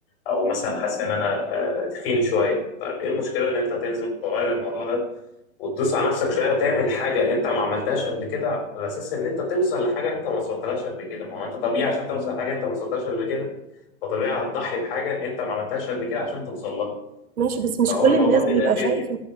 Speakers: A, on the left (about 40°); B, on the right (about 85°).
A: او مثلا حاسس ان انا آه، تخين شويه طيب ايه المشكله ان انت تنزل وتغير الموضوع ده وتدوس على نفسك شويه وتعمل حاجه انت ما عملتهاش قبل كده على اساس ان انت توصل لحاجه انت ما وصلتلهاش قبل كده ما هو انت طبيعي عشان توصل لحاجه انت ما وصلتهاش قبل كده فطبيعي هتضحي بحاجه انت ما عملتهاش قبل كده عشان توصل لها
B: ماشي بس مش
A: فهو
B: كل
A: الموضوع
B: الناس
A: بيبقى
B: بيبقى
A: كيمياء
B: شايف